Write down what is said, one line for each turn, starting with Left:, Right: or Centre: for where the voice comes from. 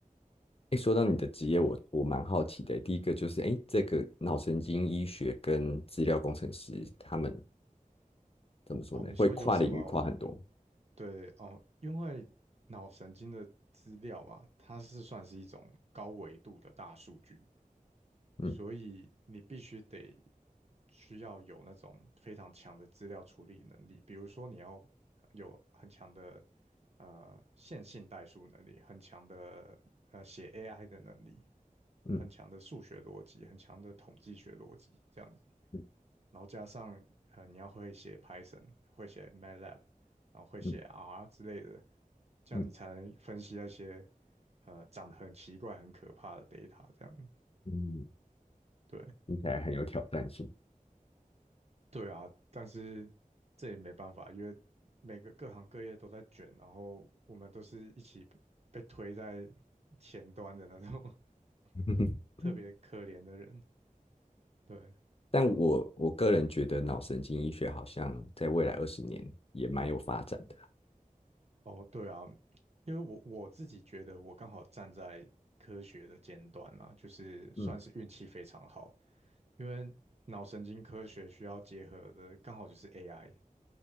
Left: 哎，说到你的职业，我我蛮好奇的。第一个就是，哎，这个脑神经医学跟资料工程师，他们怎么说呢？
Right: 哦，你说有什么？
Left: 会跨领域跨很多。
Right: 对哦，因为脑神经的资料啊，它是算是一种高维度的大数据，
Left: 嗯
Right: 所以你必须得需要有那种非常强的资料处理能力，比如说你要有很强的呃线性代数能力，很强的呃写 AI 的能力，
Left: 嗯
Right: 很强的数学逻辑，很强的统计学逻辑这样子，
Left: 嗯
Right: 然后加上呃你要会写 Python，会写 MATLAB，然后会写
Left: 嗯
Right: R 之类的，这样你才能分析那些
Left: 嗯
Right: 呃长得很奇怪、很可怕的 data 这样，
Left: 嗯，
Right: 对。
Left: 听起来很有挑战性。
Right: 对啊，但是这也没办法，因为每个各行各业都在卷，然后我们都是一起被推在前端的那种
Left: <laughs>
Right: <laughs> 特别可怜的人。对，
Left: 但我我个人觉得脑神经医学好像在未来二十年也蛮有发展的。
Right: 哦，对啊，因为我我自己觉得我刚好站在科学的尖端啦，就是算是运气非常好，
Left: 嗯，
Right: 因为脑神经科学需要结合的刚好就是 AI，